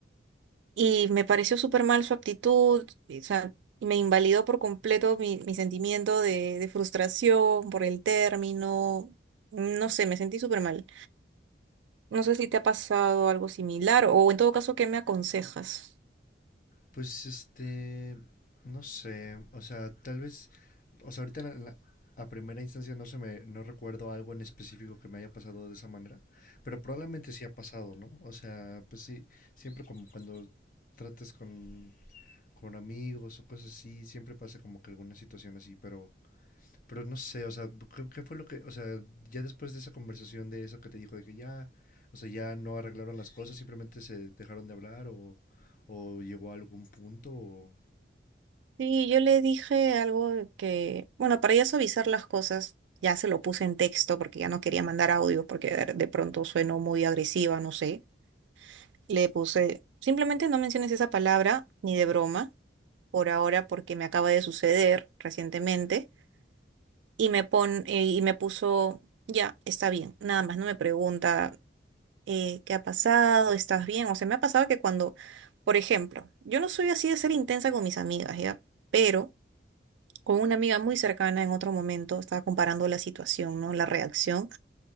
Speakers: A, on the right; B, on the left.
A: Y me pareció súper mal su actitud, y, o sea, y me invalidó por completo mi, mi sentimiento de, de frustración por el término. No sé, me sentí súper mal. No sé si te ha pasado algo similar o en todo caso, ¿qué me aconsejas?
B: Pues este, no sé, o sea, tal vez, o sea, ahorita en la- en la- a primera instancia no se me, no recuerdo algo en específico que me haya pasado de esa manera, pero probablemente sí ha pasado, ¿no? O sea, pues sí, siempre como cuando tratas con, con amigos o cosas así, siempre pasa como que alguna situación así, pero pero no sé, o sea, ¿qué, qué fue lo que, o sea, ya después de esa conversación de eso que te dijo, de que ya, o sea, ya no arreglaron las cosas, simplemente se dejaron de hablar o, o llegó a algún punto, o,
A: Sí, yo le dije algo que, bueno, para ya suavizar las cosas, ya se lo puse en texto porque ya no quería mandar audios porque de, de pronto sueno muy agresiva, no sé. Le puse, simplemente no menciones esa palabra ni de broma por ahora porque me acaba de suceder recientemente y me pon, eh, y me puso, ya, está bien, nada más, no me pregunta eh, qué ha pasado, estás bien. O sea, me ha pasado que cuando, por ejemplo, yo no soy así de ser intensa con mis amigas, ¿ya? Pero... con una amiga muy cercana en otro momento, estaba comparando la situación, ¿no? La reacción.